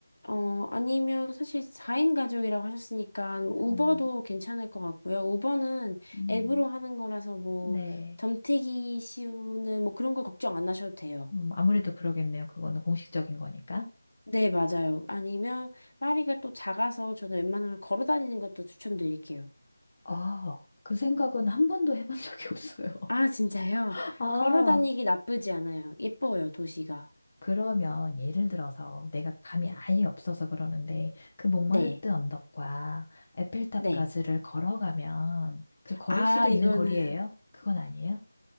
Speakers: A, on the left (about 65°); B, on the left (about 30°).
A: 어, 아니면 사실 4인 가족이라고 하셨으니까 우버도
B: 음.
A: 괜찮을 것 같고요. 우버는
B: 음,
A: 앱으로 하는 거라서 뭐,
B: 네.
A: 덤태기 씌우는 뭐 그런 거 걱정 안 하셔도 돼요.
B: 음, 아무래도 그러겠네요. 그거는 공식적인 거니까.
A: 네, 맞아요. 아니면 파리가 또 작아서 저는 웬만하면 걸어 다니는 것도 추천드릴게요.
B: 아, 그 생각은 한 번도 해본 적이 없어요.
A: 아, 진짜요?
B: <laughs> 아,
A: 걸어 다니기 나쁘지 않아요. 예뻐요, 도시가.
B: 그러면 예를 들어서 내가 감이 아예 없어서 그러는데 그 몽마르트
A: 네.
B: 언덕과 에펠탑까지를
A: 네.
B: 걸어가면 그 걸을
A: 아,
B: 수도 있는
A: 이거는
B: 거리예요? 그건 아니에요?